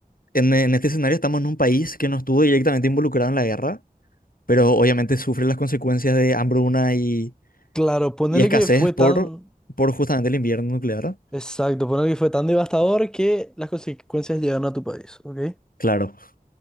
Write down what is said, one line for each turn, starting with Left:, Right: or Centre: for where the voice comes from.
Left: en, en este escenario estamos en un país que no estuvo directamente involucrado en la guerra, pero obviamente sufre las consecuencias de hambruna y,
Centre: Claro, ponerle
Left: y escasez
Centre: que fue
Left: por,
Centre: tan...
Left: por justamente el invierno nuclear.
Centre: Exacto, ponerle que fue tan devastador que las consecuencias llegaron a tu país, ¿ok?
Left: Claro.